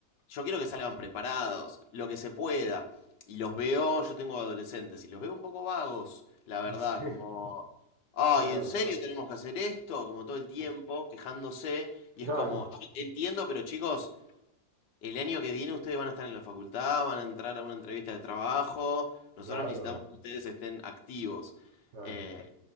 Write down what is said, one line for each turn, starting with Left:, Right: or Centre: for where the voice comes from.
Left: yo quiero que salgan preparados, lo que se pueda. Y los veo, yo tengo adolescentes, y los veo un poco vagos, la verdad,
Right: sí,
Left: como, ay,
Right: claro,
Left: ¿en serio tenemos que hacer esto? Como todo el tiempo, quejándose, y
Right: claro,
Left: es como, yo entiendo, pero chicos, el año que viene ustedes van a estar en la facultad, van a entrar a una entrevista de trabajo. Nosotros
Right: claro,
Left: necesitamos que ustedes estén activos.
Right: claro.
Left: Eh,